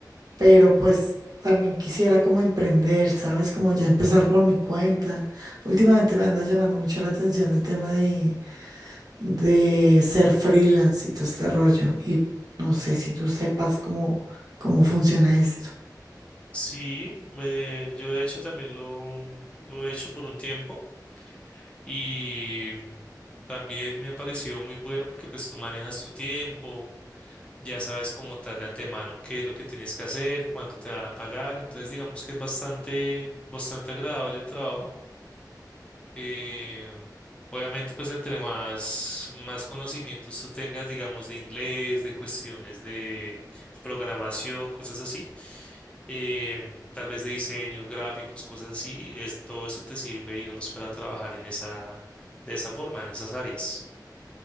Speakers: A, on the right (about 60°); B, on the left (about 15°).
A: pero pues también quisiera como emprender, ¿sabes? Como ya empezar por mi cuenta. Últimamente me anda llamando mucho la atención el tema de, de ser freelance y todo este rollo. Y no sé si tú sepas cómo, cómo funciona esto.
B: sí, eh, yo de hecho también lo, lo he hecho por un tiempo y también me ha parecido muy bueno porque pues tú manejas tu tiempo, ya sabes como tal de antemano qué es lo que tienes que hacer, cuánto te van a pagar, entonces digamos que es bastante, bastante agradable el trabajo. Eh, obviamente, pues entre más, más conocimientos tú tengas, digamos, de inglés, de cuestiones de programación, cosas así, em, tal vez de diseños, gráficos, cosas así, es, todo eso te sirve, digamos, para trabajar en esa, de esa forma, en esas áreas.